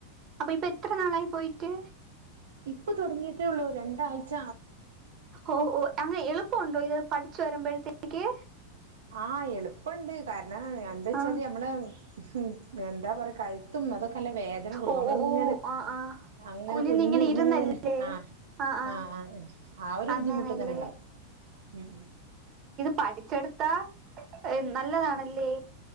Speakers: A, on the right; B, on the right.
A: അപ്പൊ ഇപ്പൊ എത്ര നാളായി പോയിട്ട്
B: ഇപ്പൊ തുടങ്ങിട്ട അള്ളൂ രണ്ടാ്ച
A: ഓ ഓ അങ്ങനെ എളുപ്പുണ്ടോ ഇത് പഠിച്ചു വരുമ്പോഴത്തേക്ക്
B: ആഹ് എളുപ്പുണ്ട് കാര എന്നാ എന്താ വെച്ചാല്
A: ആഹ്
B: നഞമ്മള് ഹ എന്താ പറയാ കഴുത്തും അതൊക്കെ അല്ല വേദന കൊടുും
A: ഓ
B: നമ്മള
A: ഓ
B: ഇങ്ങനെ
A: ഓ ആഹ് ആഹ്
B: അങ്ങനെ
A: കുനിഞ്ഞിങ്ങനെ
B: കുഞ്ഞി ഇരുന്ന്
A: ഇരുന്നല്ലേ
B: ഇങ്ങനെ ആ
A: ആഹ് ആഹ്
B: ആ് ആ് ആ ആ ഒരു
A: അങ്ങനല്ലേ
B: ബുദ്ധിമുട്ട് ഇങ്ങനെ ഉണ്ടാവും ഉ
A: പഠിച്ചെട്ത്താ നല്ലതാണല്ലേ